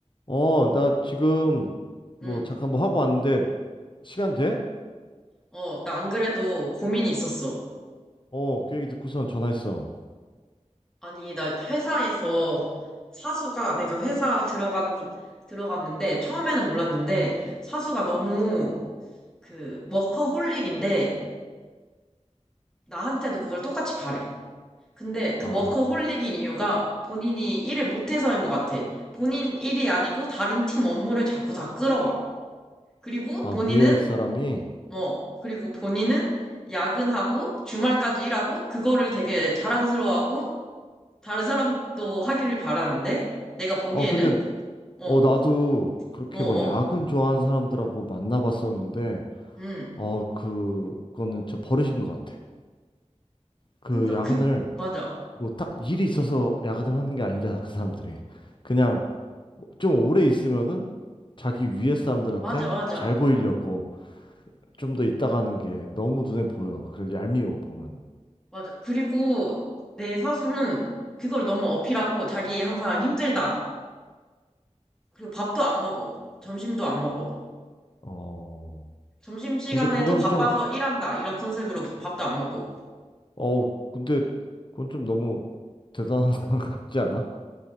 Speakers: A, on the left (about 45°); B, in the centre.
A: 어, 나 지금 뭐
B: 응,
A: 잠깐 뭐 하고 왔는데 시간 돼?
B: 어, 나 안 그래도 고민이 있었어.
A: 어, 그 얘기 듣고선 전화했어.
B: 아니, 나 회사에서 사수가 내가 회사 들어간, 들어갔는데, 처음에는 몰랐는데, 사수가 너무 그, 워커홀릭인데, 나한테도 그걸 똑같이 바래. 근데 그
A: 아,
B: 워커홀릭인 이유가 본인이 일을 못해서인 것 같아. 본인 일이 아니고 다른 팀 업무를 자꾸 다 끌어와. 그리고
A: 아
B: 본인은,
A: 위에 사람이
B: 어, 그리고 본인은 야근하고 주말까지 일하고 그거를 되게 자랑스러워하고 다른 사람도 하기를 바라는데, 내가 보기에는,
A: 어, 근데
B: 어,
A: 어 나도 그렇게
B: 어, 어,
A: 막 야근 좋아하는 사람들하고 만나봤었는데
B: 음.
A: 어, 그거는 진짜 버릇인 것 같아. 그
B: 그니까,
A: 야근을
B: 그, 맞아.
A: 뭐 딱 일이 있어서 야근을 하는 게 아니잖아, 그 사람들이. 그냥 좀 오래 있으면은 자기 위에 사람들한테
B: 맞아, 맞아.
A: 잘 보이려고 좀 더 있다 가는 게 너무 눈에 보여. 그래 얄미워 보면은.
B: 맞아. 그리고 내 사수는 그걸 너무 어필하고 자기 항상 힘들다. 그리고 밥도 안 먹어. 점심도 안 먹어.
A: 어,
B: 점심시간에도
A: 근데 그건
B: 바빠서
A: 좀,
B: 일한다. 이런 컨셉으로 밥도 안 먹고.
A: 어, 근데 그건 좀 너무 대단한 <laughs> 것 같지 않아?